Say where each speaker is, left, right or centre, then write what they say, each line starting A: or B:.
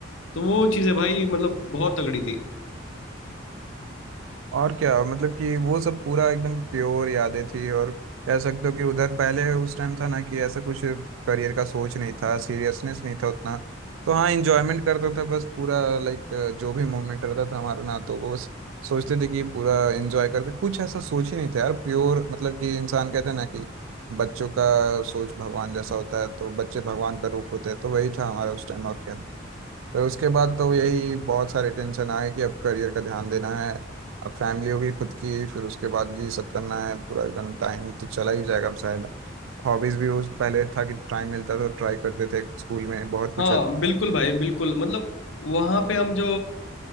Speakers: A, on the left; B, on the right.
A: तो वो चीज़ें भाई मतलब बहुत तगड़ी थी
B: और क्या मतलब कि वो सब पूरा एकदम प्योर यादें थी और कह सकते हो कि उधर पहले उस टाइम था ना कि ऐसा कुछ करियर का सोच नहीं था सीरियसनेस नहीं था उतना तो हाँ एंजॉयमेंट करता था बस पूरा लाइक जो भी मोमेंट रहता था हमारा ना तो वो बस सोचते थे कि पूरा एंजॉय करते कुछ ऐसा सोच ही नहीं था यार प्योर मतलब कि इंसान कहते हैं ना कि बच्चों का सोच भगवान जैसा होता है तो बच्चे भगवान का रूप होते हैं तो वही था हमारा उस टाइम और क्या फिर उसके बाद तो यही बहुत सारे टेंशन आए कि अब करियर का ध्यान देना है अब फैमिली होगी खुद की फिर उसके बाद ये सब करना है पूरा एकदम टाइम तो चला ही जाएगा अब शायद हॉबीज भी उस पहले था कि टाइम मिलता था तो ट्राई करते थे स्कूल में बहुत कुछ
A: हाँ
B: है।
A: बिल्कुल भाई बिल्कुल मतलब वहां पे हम जो